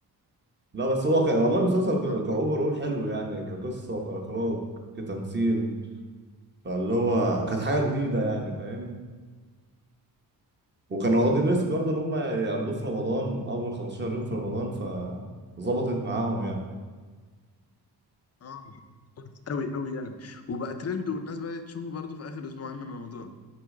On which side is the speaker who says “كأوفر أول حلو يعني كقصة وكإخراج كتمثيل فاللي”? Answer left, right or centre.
Right